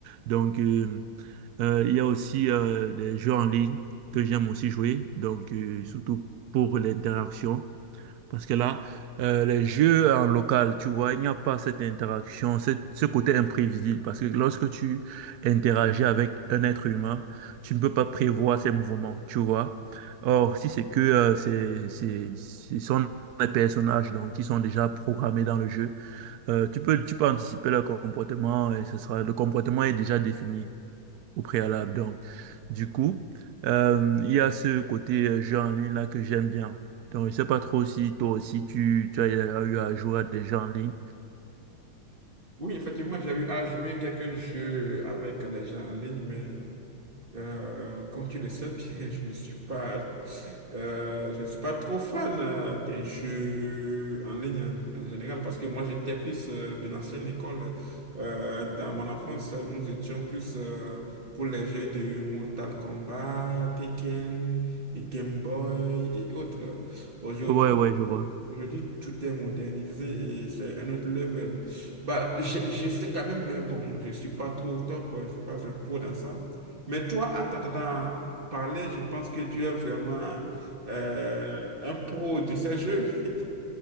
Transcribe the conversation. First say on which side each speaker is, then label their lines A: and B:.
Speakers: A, on the right; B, on the right.
A: Donc, euh, euh, il y a aussi euh, des jeux en ligne que j'aime aussi jouer, donc euh, surtout pour l'interaction. Parce que là, euh, les jeux en local, tu vois, il n'y a pas cette interaction, cette- ce côté imprévisible. Parce que lorsque tu interagis avec un être humain, tu ne peux pas prévoir ses mouvements, tu vois. Or, si c'est que euh, c'est, c'est, ce sont des personnages donc, qui sont déjà programmés dans le jeu, euh, tu peux, tu peux anticiper leur comportement et ce sera, le comportement est déjà défini au préalable. Donc, du coup, euh, il y a ce côté euh, jeu en ligne là que j'aime bien. Donc, je sais pas trop si toi aussi tu, tu as eu à jouer à des jeux en ligne.
B: Oui, effectivement, j'ai eu à jouer quelques jeux avec des gens en ligne, mais Euh, comme tu le sais bien, <laughs> je ne suis pas, euh, je ne suis pas trop fan euh, des jeux en ligne en, en général parce que moi j'étais plus euh, de l'ancienne école. Euh, dans mon enfance, nous étions plus euh, pour les jeux de Mortal Kombat, Tekken, et Game Boy et autres. Aujourd'hui,
A: Ouais, ouais, je vois.
B: aujourd'hui tout est modernisé et c'est un autre level. Bah, je, je sais quand même, mais bon, je ne suis pas trop au top, je ne suis pas un pro dans ça. Mais toi, en t'entendant parler, je pense que tu es vraiment euh, un pro de ces jeux. <laughs>